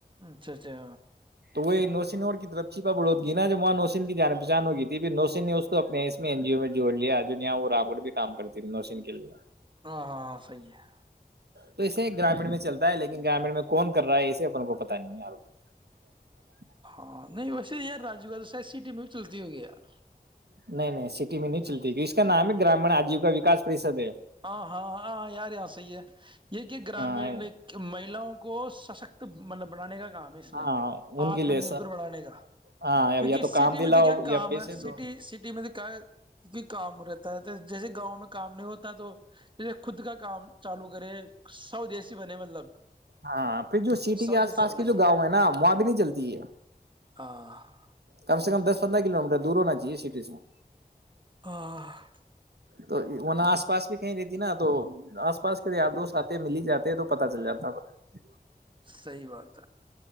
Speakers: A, on the right; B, on the right.
A: اچھا اچھا
B: تو وہ نوسینور کی طر چاڑوتگی نا جب وہاں نوشین کی جان پہچان ہو گئی تھی پھر نوشن نے اس کو اپنے اس میں این جی او میں جوڑ لیا جواں وہ رام کر بھیم کرتی تھی نوشین کے لیے
A: ہاں ہاں صحیح ہے
B: تو اسے گرامیین میں چلتا ہے لیکن گرامیین میں کون کر رہا ہے اسے اپن کو پتا تن <unintelligible>
A: ہاں نہیں ویسے ار رج <unintelligible> ا تو س سٹی میں بھی چلتی ہو گی یار
B: نہیں نہیں سٹی میں نہیں چلتی کی اس کا نام ہے گرامیین آجیوکا وکا پرریشد ہے
A: ہاں ہاں ہاں یار یہاں صحی ہے یہ کہ گرامین
B: ہاں
A: مہلاؤں کو سشکت <unintelligible> مطلب بنانے کا کام ہے اس
B: ہاں
A: میں
B: ان
A: آتم
B: کے لیے
A: نربر بنانے کا
B: ہاں
A: کیونکہ
B: یا تو
A: سٹی
B: کام دلاؤ
A: میں تو کیا
B: یا
A: کام
B: پیسے
A: ہے
B: دو
A: سٹی سٹی میں تو کیا کیکہ کام رہتا تو جیسے گاؤں میں کام نہیں ہوتا تو ج خود کا کام چالو کرے سوودیشی بنے مطلب
B: ہاں پھر جو سٹی
A: سودیسی
B: کے آس پاس
A: بنائے
B: کے جو گاؤں ہے نا وہاں بھی نہیں چلتی ہے
A: ہ <unintelligible>
B: کم سے کم دس پندرہ کلو میٹر دور ہونا چاہیے سٹیز میں
A: ہ <unintelligible>
B: تو وہن آس پاس بھی کہیں رہتی نا تو آس پاس کے یار دوست آتے ہیں مل ہی جاتے ہیں تو پتا چل جاتا ہے
A: صحی بات ہے